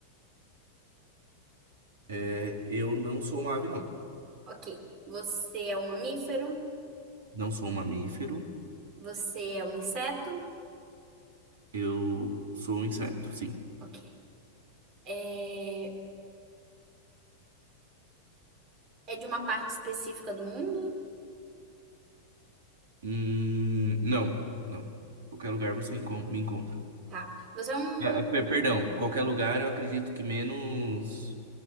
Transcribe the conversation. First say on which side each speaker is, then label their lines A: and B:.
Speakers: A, on the right; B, on the right.
A: É, eu não sou uma ave, não.
B: Ok. Você é um mamífero?
A: Não sou um mamífero.
B: Você é um inseto?
A: Eu sou um inseto, sim.
B: Ok. É, é de uma parte específica do mundo?
A: Hum, não, não. Qualquer lugar você encon- me encontra.
B: Tá. Você é um
A: É, é, per- perdão, qualquer lugar eu acredito que menos